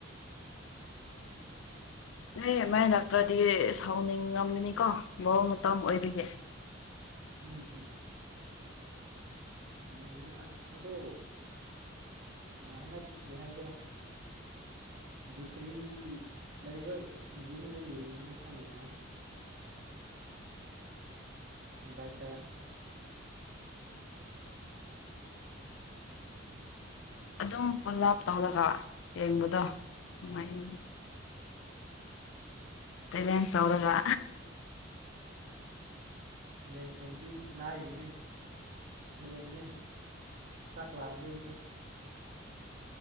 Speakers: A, on the left (about 75°); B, on the right (about 55°).
A: ꯅ ꯃꯥꯏ ꯅꯥꯛꯇ꯭ꯔꯗꯤ ꯁꯥꯎꯅꯤꯡꯉꯝꯒꯅꯤꯀꯣ ꯃꯑꯣꯡ ꯃꯇ ꯑꯣꯏꯕꯤꯒꯦ <unintelligible>
B: ꯎꯝꯝ ꯅꯨꯅꯤꯃꯤꯠꯅꯤ ꯑꯁ ꯑꯗꯣ ꯍꯟꯗꯛꯇꯤ ꯀ ꯍꯥꯏꯁꯤꯔꯥ ꯕꯦꯇ꯭ꯔꯤ ꯂꯩꯕ ꯌꯨꯝꯗ ꯌꯦꯡꯕꯅꯤꯅ ꯈ ꯅꯨꯡꯉꯥꯏ ꯚꯏ ꯇꯔꯥ
A: ꯑꯗꯨꯝ ꯄꯨꯂꯞ ꯇꯧꯔꯒ ꯌꯦꯡꯕꯗꯣ ꯅꯨꯡꯉꯥꯏꯉ ꯆꯂꯦꯟ ꯁꯧꯔꯒ
B: ꯇꯂꯦꯖ ꯇꯧꯕꯗꯤ ꯂꯥꯏꯔꯤꯅꯦ ꯍꯣꯔꯦꯟꯅ ꯆꯥꯛ ꯂꯥꯡꯗꯧꯔꯤꯁꯦ